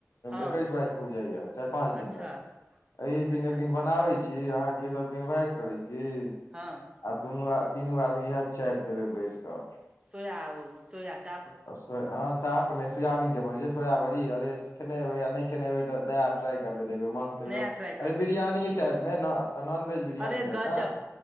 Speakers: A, on the right; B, on the left.
A: हँ
B: एकैस बाइस के उ जइया चारि पांच
A: अच्छा
B: दिन ले एहि दिन
A: अच्छा
B: एक दिन बनाबै की अहाँ के सबके इन्वाइट करै छी
A: हँ
B: आ दुनू आ तीनू आदमी इएह चापि देबै बैस कऽ
A: सोया आ सोया चाप
B: हँ चाप नहि सोयाबीनके बनै छै सोयाबड़ी अरे खेनेबै या नहि खेने एबै तऽ नया टराइ करबै देखबै मस्त एकदम
A: नया ट्राइ
B: अरे
A: करबै
B: बिरियानी टाइप मे नऽ नॉन वेज बिरियानी
A: अरे
B: जकाँ
A: गजब